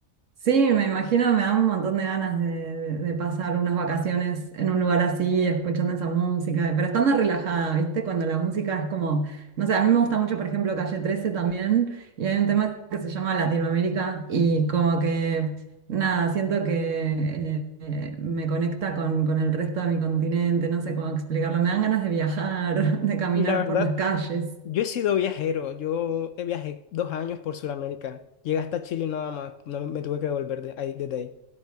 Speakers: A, on the right; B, on the left.
A: Sí, me imagino, me dan un montón de ganas de, de- de pasar unas vacaciones en un lugar así, escuchando esa música, pero estando relajada, ¿viste? Cuando la música es como, no sé, a mí me gusta mucho, por ejemplo, Calle trece también, y hay un tema que se llama Latinoamérica, y como que, nada, siento que eh, eh, me conecta con, con el resto de mi continente, no sé cómo explicarlo, me dan ganas de viajar, <laughs> de caminar
B: Y la verdad,
A: por las calles.
B: yo he sido viajero, yo eh, viajé dos años por Sudamérica, llegué hasta Chile nada más, no me tuve que devolver de ahí, desde ahí.